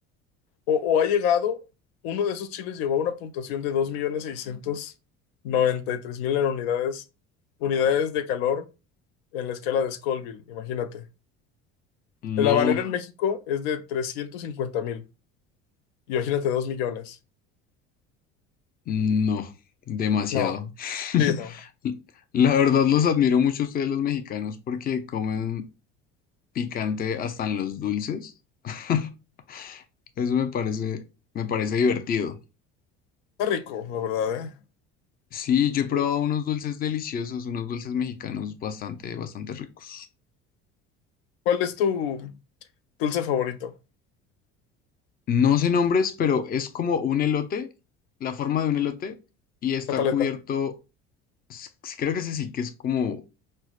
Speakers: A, on the left; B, on the left.
A: o, o ha llegado, uno de esos chiles llegó a una puntuación de dos millones seiscientos noventa y tres mil unidades, unidades de calor en la escala de Scoville, imagínate.
B: No,
A: El habanero en México es de 350.000, imagínate 2 millones.
B: no, demasiado.
A: No,
B: <laughs>
A: sí, no.
B: La verdad los admiro mucho a ustedes los mexicanos porque comen picante hasta en los dulces. <laughs> Eso me parece, me parece divertido.
A: Está rico, la verdad,
B: Sí, yo he probado
A: ¿eh?
B: unos dulces deliciosos, unos dulces mexicanos bastante, bastante ricos.
A: ¿Cuál es tu dulce favorito?
B: No sé nombres, pero es como un elote, la forma de un elote, y está
A: La paleta.
B: cubierto, s- s- creo que ese sí, que es como